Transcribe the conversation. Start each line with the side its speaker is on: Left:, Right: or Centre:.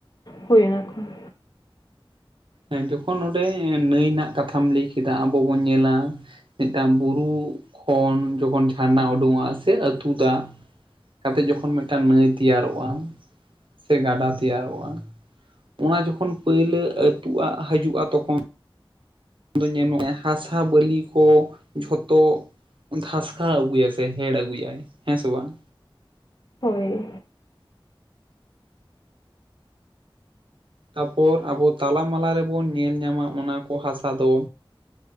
Left: ᱦᱩᱭ ᱚᱱᱟᱠᱚ ᱾
Right: ᱮᱸ ᱡᱚᱠᱷᱚᱱ ᱱᱚᱸᱰᱮ ᱱᱟᱹᱭ ᱨᱮᱱᱟᱜ ᱠᱟᱛᱷᱟᱢ ᱞᱟᱹᱭ ᱠᱮᱫᱟ ᱟᱵᱚ ᱵᱚᱱ ᱧᱮᱞᱟ ᱢᱤᱫᱴᱟᱝ ᱵᱩᱨᱩ ᱠᱷᱚᱱ ᱡᱚᱠᱷᱚᱱ ᱡᱷᱟᱨᱱᱟ ᱩᱰᱩᱜᱚᱸᱜ-ᱟ ᱥᱮ ᱟᱹᱛᱩᱫᱟᱜ ᱠᱟᱛᱮᱜ ᱡᱚᱠᱷᱚᱱ ᱢᱤᱫᱴᱟᱝ ᱱᱟᱹᱭ ᱛᱮᱭᱟᱨᱚᱜ-ᱟ ᱥᱮ ᱜᱟᱰᱟ ᱛᱮᱭᱟᱨᱚᱜ-ᱟ ᱚᱱᱟ ᱡᱚᱠᱷᱚᱱ ᱯᱟᱹᱭᱞᱟᱹ ᱟᱹᱛᱩᱜ-ᱟ ᱦᱟᱹᱡᱩᱜ-ᱟ ᱛᱚᱠᱷᱚᱱ ᱟᱫᱚ ᱧᱮᱞ ᱢᱮ ᱦᱟᱥᱟ ᱵᱟᱹᱞᱤ ᱠᱚ ᱡᱷᱚᱛᱚ ᱫᱷᱟᱥᱠᱟᱣ ᱟᱹᱜᱩᱭᱟ ᱥᱮ ᱦᱮᱲ ᱟᱹᱜᱩᱭᱟᱭ ᱦᱮᱸ ᱥᱮ ᱵᱟᱝ᱾
Left: ᱦᱳᱭ ᱾
Right: ᱛᱟᱨᱯᱚᱨ ᱟᱵᱚ ᱛᱟᱞᱟ ᱢᱟᱞᱟ ᱨᱮᱵᱚᱱ ᱧᱮᱞ ᱧᱟᱢᱟ ᱚᱱᱟ ᱠᱚ ᱦᱟᱥᱟ ᱫᱚ